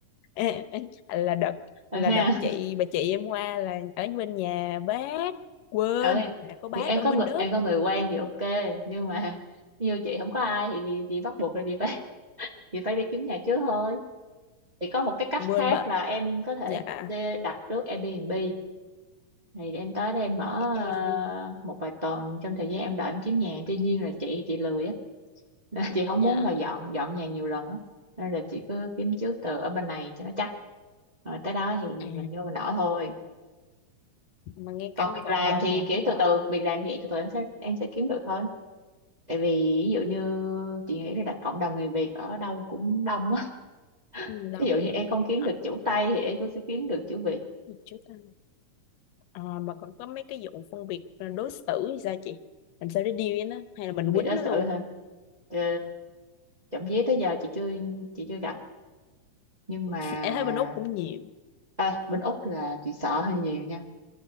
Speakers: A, on the left; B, on the right.
A: Ê, ê, là đợt
B: ở
A: là
B: ha
A: đợt chị bà chị em qua là ở bên nhà bác quên
B: ở
A: là có bác
B: thì em
A: ở
B: có
A: bên
B: người
A: Đức
B: em có người quen thì ok nhưng mà như chị không có ai thì chị bắt buộc là chị phải <laughs> chị phải đi kiếm nhà trước thôi thì có một cái cách
A: quên
B: khác
A: bà
B: là em có thể
A: dạ à
B: đi đặt trước Airbnb thì em tới đây em mở ờ,
A: em đi
B: một vài tuần trong thời gian em đợi em kiếm nhà tuy nhiên là chị chị lười á <laughs> Nên chị không
A: dạ
B: muốn là dọn dọn nhà nhiều lần á nên là chị cứ kiếm trước từ ở bên này cho nó chắc rồi tới đó thì
A: à
B: mình vô mình ở thôi
A: mà nghe
B: còn
A: cảnh
B: việc
A: gọn
B: làm
A: dọn
B: thì
A: nhà
B: kiểu
A: cũng mệt
B: từ từ
A: ừ,
B: việc làm thì từ từ em sẽ em sẽ kiếm được thôi tại vì ví dụ như chị nghĩ là đặt cộng đồng người Việt ở đâu cũng đông á <laughs>
A: ừ, đồng
B: ví dụ như em không kiếm
A: Hả?
B: được chữ Tây thì em cũng sẽ kiếm được chữ Việt
A: chú ta à, mà còn có mấy cái vụ phân biệt đối xử thì sao chị làm sao để deal với nó hay là mình
B: Việt
A: quýnh
B: đó
A: nó luôn
B: sự hả Ờ, trộm vía tới giờ chị chưa chị chưa gặp nhưng mà
A: em thấy bên Úc cũng nhiều
B: à, bên Úc là chị sợ hơi nhiều nha